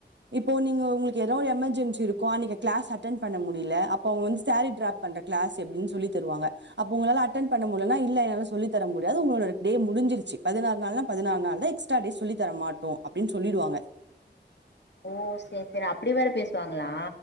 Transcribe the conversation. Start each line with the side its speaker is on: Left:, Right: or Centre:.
Right: இப்போ நீங்க உங்களுக்கு ஏதாவ ஒரு எமர்ஜென்சி இருக்கோ நீனைங்க கிளாஸ் அட்டென் பண்ண முடியல அப்ப அவங்க வந்து சாரீ ட்ராப் பண்ற கிளாஸ் எப்படின்னு சொல்லி தருவாங்க அப்ப உங்களால அட்டென் பண்ண முடியன்னா இல்லலை என்னால சொல்லித்தர முடியாது உங்களோட டே முடிஞ்சிருச்சு பதினாறு நாள்னா பதினாறு நாள் தான் எக்ஸ்ட்ரா டே சொல்லித்தர மாட்டோம் அப்படின்னு சொல்லிடுவாங்க
Left: ஓ சேரி சேரி அப்படி வேற பேசுவாங்களா